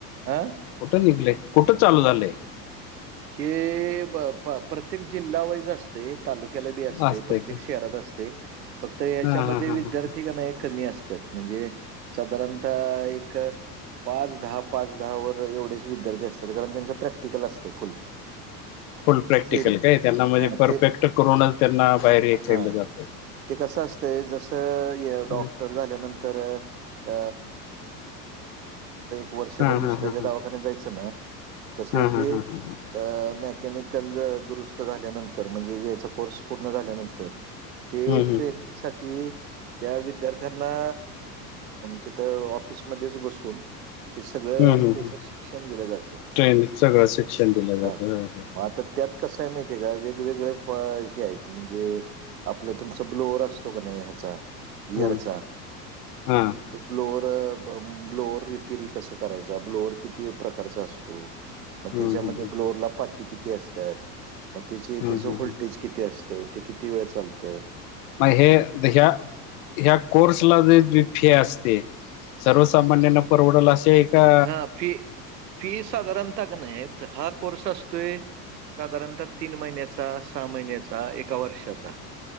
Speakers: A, on the right; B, on the left.
A: हा?
B: कुठं निघलय कुठं चालू झालंय?
A: हे ब प्रत्येक जिल्हा वाईज असत. तालुक्याला अस
B: असतंय
A: प्रत्येक
B: का
A: शहरात असते फक्त याच्यामध्ये
B: हा हा हा
A: विद्यार्थी
B: हा
A: कमी असत म्हणजे साधारणत एक पाच दहा पाच दहा वर एवढेच विद्यार्थी असतात कारण त्यांचं प्रॅक्टिकल असते फुल
B: फुल प्रॅक्टिकल
A: थेरी
B: काय त्यांना म्हणजे
A: हां
B: परफेक्ट
A: ते
B: करूनच त्यांना बाहेर हे केलं
A: हां.
B: जातं.
A: ते कसं असतंय जस डॉक्टर
B: हा
A: झा प्र <inaudible> वर्षभर
B: हा
A: दुसऱ्याच्या
B: हा हा हा
A: दावाखान्या जायचं ना तस
B: हा हा
A: हे
B: हा ह
A: तर मॅकॅनिकल दुरुस्त झाल्यानंतर म्हणजे याचा कोर्स पूर्ण झाल्यानंतर हे
B: हम्म हम्म हम्म
A: ट्रेनिंग साठी त्या वि विद्यार्थ्यांना तिथं ऑफिसमध्येच बसून ते सगळं
B: हम्म हम्म
A: त्याच
B: हम्म
A: शिक्षण दिलं जात
B: ट्रेन सगळं शिक्षण दिलं जातं
A: हा
B: ह
A: मग आता त्यात कसंय माहिती आहे का वेगवेगळेया प हे आहेत म्हणजे आपलं तुमच ब्लोअर असतो का नाही ह्याचा, इयरचा.
B: ह हा
A: तो ब्लोअर, ब्लोअर रिपेरी कस करायचा, ब्लोअर किती प्रकारचा असतो. म
B: हम्म
A: त्याच्यामध्ये
B: हम्म हम्म
A: ब्लोअरला पाती किती असत्यात मग तेची
B: हम्म
A: तेज्या
B: हम्म
A: होल्टेज
B: हम्म
A: किती असत ते किती वेळ चालतं.
B: मग हे ह्या ह्या कोर्सला वेगळी फी असते. सर्वसामान्यांना परवडल असे का
A: हा फी फी साधारणतः का नाही हा कोर्स असतोय साधारणतः तीन महिन्याचा सहा महिन्याचा एका वर्षाचा